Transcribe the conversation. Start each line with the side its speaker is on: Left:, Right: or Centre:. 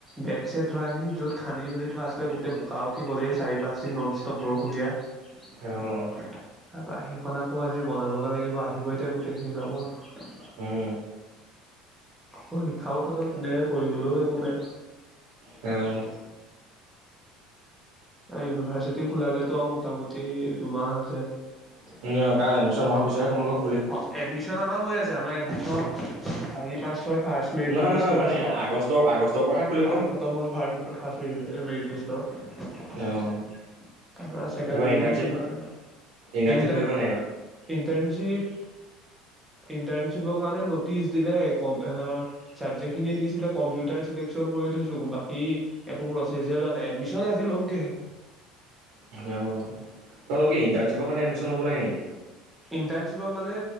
Centre: বেড চেট ধৰা খিনি যত খান্দি মেলি থোৱা আছিলে গোটেই বোকা উঠি গ'লে চাৰি পাঁচদিন নন ষ্টপ বৰষুণ দিয়া তাৰপৰা
Right: অঁ
Centre: সেইখন আকৌ আজি বনাবগৈ লাগিব আহিব এতিয়া গোটেইখিনিৰ লগৰ
Right: হম
Centre: পৰীক্ষাও খতম তেনেকে কৰিবলৈও একো নাই।
Right: তেওঁ
Centre: ইউনিভাৰ্চিটি খোলালেতো মোটামুটি দুমাহ যে
Right: উ কাৰণ এডমিশন হোৱাৰ পিছত তোমালোক
Centre: অ এডমিশন আমাৰ হৈ আছে আমাৰ এডমিশন চাৰি পাঁচ ছয় ফাৰ্ষ মেৰিট
Right: নহয়
Centre: লিষ্টৰ
Right: নহয় মানে
Centre: আছে
Right: আগষ্ট আগষ্টৰ পৰাহে খুলিব
Centre: কালি খতম হ'ল ফাষ্ট মেৰিট ভিতৰত এই মেৰিট লিষ্টৰ
Right: অঁ।
Centre: তাৰপৰা ছেকেণ্ড
Right: এইবাৰ
Centre: মেৰিট
Right: ইণ্টাৰ্ণশ্বিপ
Centre: লিষ্ট ওলোৱা নাই
Right: ইণ্টাৰ্ণশ্বিপ
Centre: ইণ্টাৰ
Right: কৰিবা নাই এইবাৰ
Centre: ইণ্টাৰ্ণশ্বিপ ইন্টাশ্বিপৰ কাৰণে নটিচ দিলে চাপজেক্ট খিনি দিছিলো কম্পিউটাৰ চেলেকচন কৰি কৈছো, বাকী একো পচেচ লোৱা নাই। এডমিশন আজি লম গেহে
Right: অঁ তোমালোকৰ কি ইণ্টাৰ্ণশ্বিপৰ কাৰণে এডমিশ্যন ল'ব লাগে নেকি
Centre: ইণ্টাৰ্ণশ্বিপৰ মানে